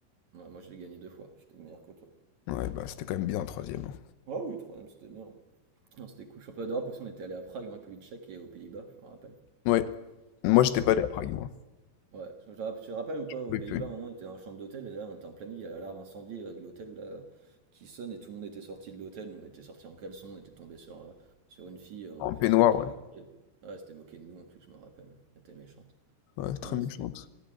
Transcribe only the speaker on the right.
Ouais, moi, je l'ai gagné deux fois. J'étais meilleur que toi.
Ah oui, troisième, c'était bien. Non, c'était cool. Championnat d'Europe aussi, on était allé à Prague, en République tchèque et aux Pays-Bas, je me rappelle.
C'était
sympa.
Je-
Ouais, je, je- rapp- tu te rappelles ou pas, aux
Pays-Bas,
à un moment, on était dans la chambre d'hôtel et là, on était en pleine nuit. Il y a l'alarme incendie euh, de l'hôtel là, qui sonne et tout le monde était sorti de l'hôtel. Nous, on était sortis en caleçon, on était tombé sur, euh, sur une fille euh, en
plus
euh, qui
avait. gueulé. Ouais, elle s'était moquée de nous en plus, je me rappelle. Elle était méchante.
Non,
c'était